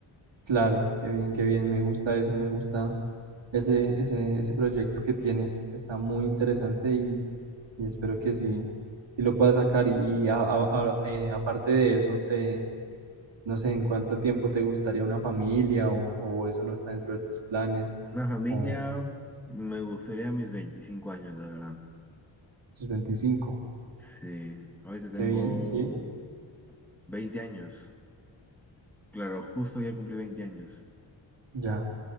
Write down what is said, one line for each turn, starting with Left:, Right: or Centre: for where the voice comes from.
Right: claro, qué bien, qué bien. Me gusta eso, me gusta ese, ese, ese proyecto que tienes. Está muy interesante y, y espero que sí, sí lo puedas sacar. Y, y a- a- a- eh, aparte de eso, te, no sé, ¿en cuánto tiempo te gustaría una familia o, o eso no está dentro de tus planes
Centre: Una familia,
Right: o
Centre: me gustaría mis 25 años, la verdad.
Right: tus 25.
Centre: Sí, ahorita tengo
Right: Qué bien, sí,
Centre: 20 años. Claro, justo ayer cumplí 20 años.
Right: ya.